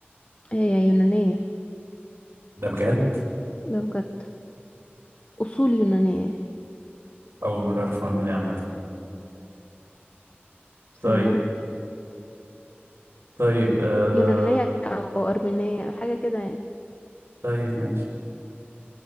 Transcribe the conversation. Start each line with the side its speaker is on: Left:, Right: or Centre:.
Left: هي يونانية
Right: ده بجد
Left: ده بجد اصول يونانية
Right: أول مرة أعرف المعلومة دي عامة
Left: ثانية
Right: طيب طيب آه
Left: يونانية او ارمينية او حاجة كده يعني
Right: طيب ماشي